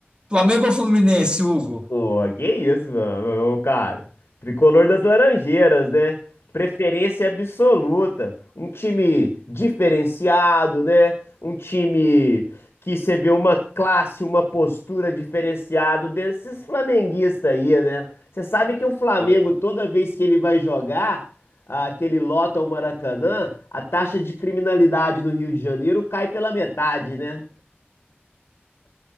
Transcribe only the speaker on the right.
Flamengo ou Fluminense, Hugo?
Olha, Cara,